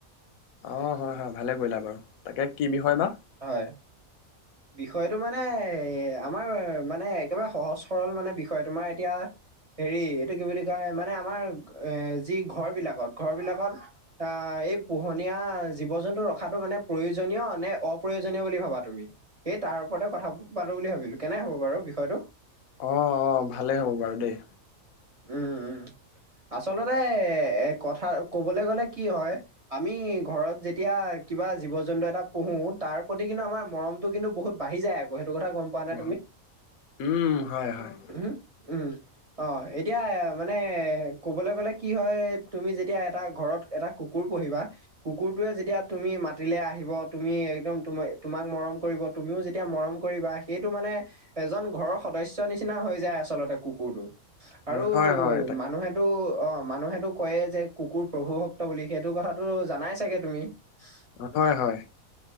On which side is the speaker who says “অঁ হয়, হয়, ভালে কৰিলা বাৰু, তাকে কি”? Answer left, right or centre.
Left